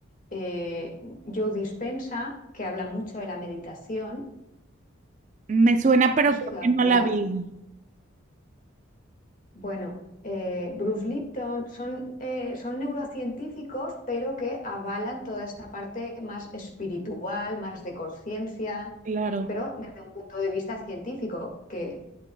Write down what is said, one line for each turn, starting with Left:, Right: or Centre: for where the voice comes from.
Left: eh, Joe Dispenza que habla mucho de la meditación.
Right: Me suena, pero
Left: ¿Has
Right: creo
Left: oído hablar?
Right: que no la vi.
Left: Bueno, eh, Bruce Lipton, son, eh, son neurocientíficos, pero que avalan toda esta parte más espiritual, más de conciencia,
Right: Claro,
Left: pero desde un punto de vista científico, que,